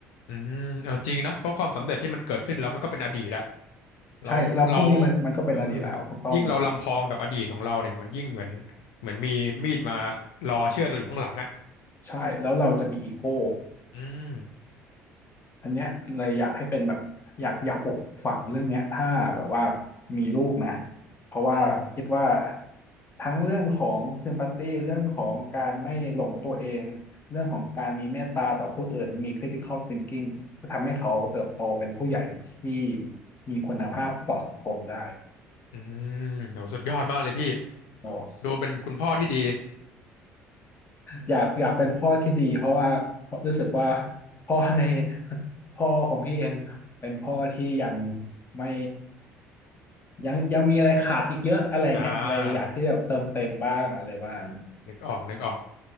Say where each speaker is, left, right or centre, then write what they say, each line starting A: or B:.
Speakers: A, on the left (about 65°); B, on the left (about 30°).
A: อืมเออจริงนะเพราะความสำเร็จที่มันเกิดขึ้นแล้วมันก็เป็นอดีตละเราเรา
B: ใช่แล้วพวกนี้มันมันก็เป็นอดีตแล้วถูกต้อง
A: เออยิ่งเราลำพองกับอดีตของเราเนี่ยมันยิ่งเหมือนเหมือนมีมีดมารอเชือดเราอยู่ข้างหลังอ่ะ
B: ใช่แล้วเราจะมีอีโก้
A: อืม
B: อันเนี้ยเลยอยากให้เป็นแบบอยากอยากปลูกฝังเรื่องเนี้ยถ้าแบบว่ามีลูกนะเพราะว่าคิดว่า
A: อืม
B: ทั้งเรื่องของซิมพัตตีเรื่องของการไม่หลงตัวเองเรื่องของการมีเมตตาต่อผู้อื่นมี critical thinking จะทำให้เขาเติบโตเป็นผู้ใหญ่ที่มีคุณภาพต่อสังคมได้
A: อืมโหสุดยอดมากเลยพี่
B: โอ้
A: ดูเป็นคุณพ่อที่ดี
B: อยากอยากเป็นพ่อที่ดีเพราะว่ารู้สึกว่าพ่อในพ่อของพี่เองเป็นพ่อที่ยังไม่ยังยังมีอะไรขาดอีกเยอะอะไรเงี้ยเลยอยากที่จะเติมเต็มบ้างอะไรบ้าง
A: อ่านึกออกนึกออก